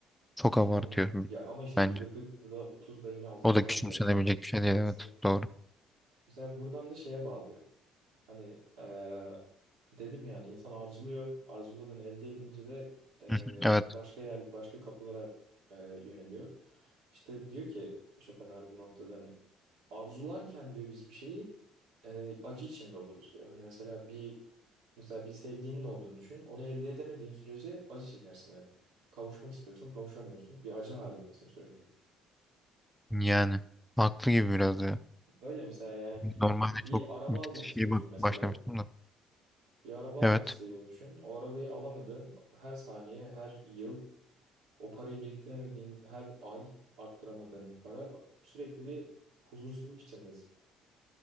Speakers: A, in the centre; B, on the right (about 85°).
A: Çok abartıyor
B: Aynen. Ya ama işte
A: bence.
B: %40 da 30 da yine azımsanamayacak
A: O da küçümsenebilecek
B: bir
A: bir şey değil evet
B: kesinlikle.
A: doğru.
B: Mesela buradan da şeye bağlıyor. Hani eee, dedim yani insan arzuluyor. Arzuladığını elde edince de eee,
A: Hı hı, Evet
B: başka yer, başka kapılara eee, yöneliyor. İşte diyor ki Schopenhauer bu noktada hani arzularken diyor biz bir şeyi eee, acı içinde oluruz diyor. Hani mesela bir Mesela bir sevdiğinin olduğunu düşün. Onu elde edemediğin sürece acı çekersin hani. Kavuşmak istiyorsun, kavuşamıyorsun. Bir acı halindesin sürekli.
A: yani haklı gibi biraz da ya.
B: Öyle mesela yani
A: Normalde
B: bir
A: çok
B: araba
A: bir
B: almak
A: tık şeye
B: istiyorsun
A: bak
B: mesela.
A: başlamıştım da.
B: Bir araba
A: Evet.
B: almak istediğini düşün. O arabayı alamadığın her saniye, her yıl o parayı biriktiremediğin her ay arttıramadığın bir para sürekli bir huzursuzluk içindesin.